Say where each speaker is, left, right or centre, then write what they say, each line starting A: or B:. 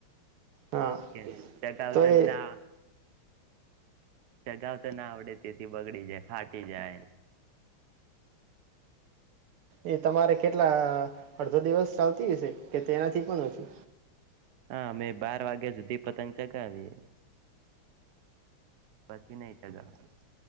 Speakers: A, on the right; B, on the right.
A: હા
B: કે ચગાવતા
A: તો એ
B: જ ના. ચગાાવ તને આવડે છે. થી બગડી જાય, ફાટી જાય.
A: એ તમારે કેટલા અડધો દિવસ ચાલતી હશે કે તેનાથી પણ ઓછુ?
B: હા. અમે બાર વાગ્યા સુધી પતંગ ચગાવીએ. પછી નહીં ચગાવતા.